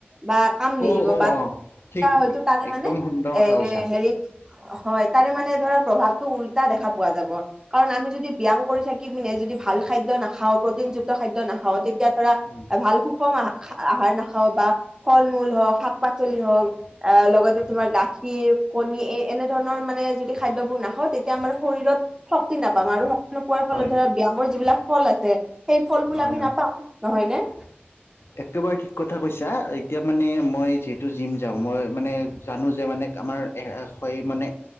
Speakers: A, on the right; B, on the left.
A: বা। কাম নিদিব
B: অ' অ'
A: বা <unintelligible>
B: অ' ঠিক
A: তাৰে
B: একদম
A: মানে
B: সুন্দৰ কথা
A: এ
B: কৈছা
A: হে-হেৰিত হয় তাৰে মানে ধৰা প্ৰভাৱটো উল্টা দেখা পোৱা যাব। কাৰণ আমি যদি ব্যায়াম কৰি থাকি পিনে যদি ভাল খাদ্য নাখাওঁ প্ৰটিনযুক্ত খাদ্য নাখাওঁ তেতিয়া ধৰা।
B: উম।
A: ভাল সুষম আহ-আহাৰ নাখাওঁ বা ফল মূল হওক শাক পাচলি হওক। আহ লগতে তোমাৰ গাখীৰ কণী এই এনে ধৰণৰ মানে যদি খাদ্যবোৰ নাখাওঁ তেতিয়া আমাৰ শৰীৰত। শক্তি নাপাম আৰু শক নোপোৱাৰ
B: হয়
A: ফলত ধৰা ব্যায়ামৰ যিবিলাক ফল আছে, সেই ফলবোৰ
B: হয়
A: আমি
B: হয়
A: নাপাওঁ নহয় নে? <inaudible>
B: একেবাৰে ঠিক কথা কৈছা। এতিয়া মানে মই যিহেতু জিম যাওঁ, মই মানে জানো যে মানে আমাৰ এ হ হয় মানে